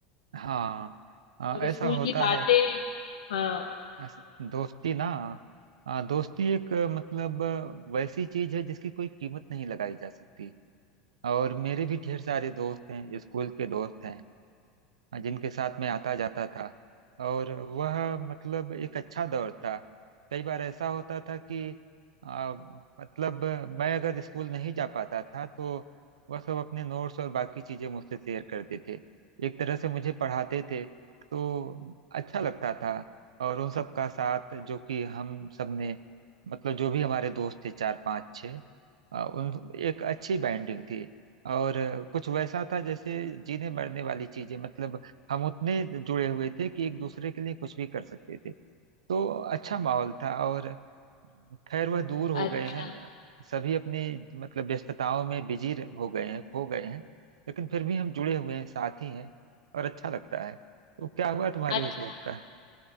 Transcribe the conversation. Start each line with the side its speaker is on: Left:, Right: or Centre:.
Right: हाँ अ,
Left: और
Right: ऐसा
Left: स्कूल
Right: होता
Left: की बातें
Right: है
Left: हाँ
Right: अस- दोस्ती ना आ, दोस्ती एक अ, मतलब अ, वैसी चीज है जिसकी कोई कीमत नहीं लगाई जा सकती और मेरे भी ढेर सारे दोस्त हैं स्कूल के दोस्त हैं जिनके साथ में आता जाता था और वह मतलब एक अच्छा दौर था कई बार ऐसा होता था कि आ, मतलब मैं अगर स्कूल नहीं जा पाता था तो वह सब अपने नोट्स और बाकी चीज़ें मुझसे शेयर करते थे एक तरह से मुझे पढ़ाते थे तो अच्छा लगता था और उन सब का साथ जो कि हम सब ने मतलब जो भी हमारे दोस्त थे चार पांच छः आ, उन एक अच्छी बाइंडिंग थी और कुछ वैसा था जैसे जीने मरने वाली चीजें मतलब हम उतने जुड़े हुए थे कि एक दूसरे के लिए कुछ भी कर सकते थे तो अच्छा माहौल था और खैर वह दूर हो
Left: अच्छा
Right: गए हैं सभी अपनी मतलब व्यस्तताओं में बिजी रह- हो गए हैं खो गए हैं लेकिन फिर भी हम जुड़े हुए हैं साथ ही हैं और अच्छा लगता है तो क्या हुआ तुम्हारे
Left: अच्छा
Right: उस दोस्त का